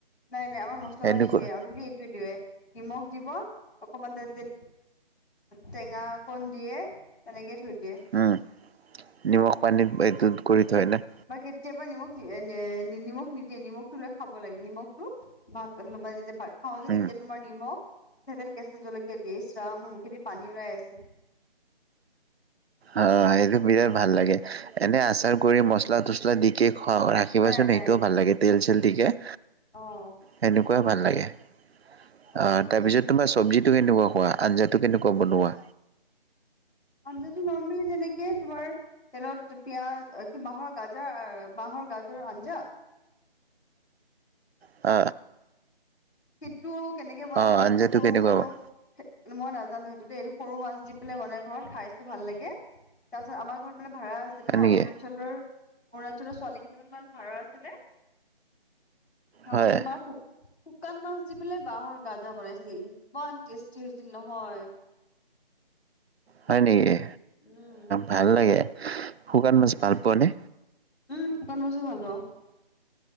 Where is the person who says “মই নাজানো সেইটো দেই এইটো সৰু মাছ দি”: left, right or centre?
Left